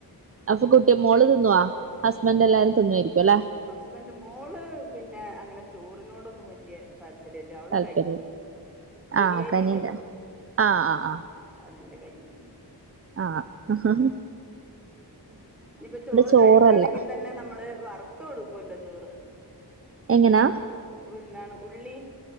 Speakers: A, on the right; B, in the centre.
A: അപ്പൊ കുട്ടിയെ മോള് തിന്നുവോ ഹസ്ബൻ് എല്ലാരും തിന്നുവായിരിക്കും ല്ലെ.
B: ഹസ്ബന്ഡ് മോള് പിന്നെ അങ്ങനെ ചോറിനോടൊന്നും വല്ലിയേ താല്പര്യല്ല അവള്
A: താല്പര്യം
B: കഞ്ഞി പൊടിയേരിയില്ലേ.
A: ആഹ് കനിണ്ട് ആഹ് ആഹ് ആഹ്
B: അതിന്റെ കഞ്ഞി.
A: ആഹ് ഹും.
B: ഇനിയിപ്പ ചോറ്
A: ചോറല്ല
B: കഴിക്കാണെങ്കിൽ തന്നെ നമ്മള് വറുത്ത് കൊടുക്കൂല്ല ചോറ്.
A: എങ്ങനാ
B: എന്താണ് ഉള്ളി